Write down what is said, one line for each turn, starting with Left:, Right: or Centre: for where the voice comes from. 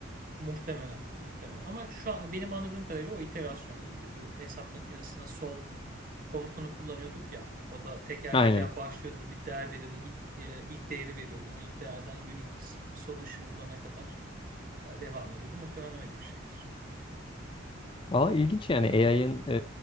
Right: Muhtemelen, muhtemelen. Ama şu an benim anladığım kadarıyla o iterasyon gibiydi. Bu hesap makinesine solve komutunu kullanıyorduk ya. O da teker
Left: Aynen.
Right: teker başlıyordu. Bir değer veriyordun. ilk e, ilk değeri veriyordun. O ilk değerden unique solution'ı bulana kadar e, devam ediyordu. Muhtemelen öyle bir şeydir.
Left: Valla ilginç yani AI'ın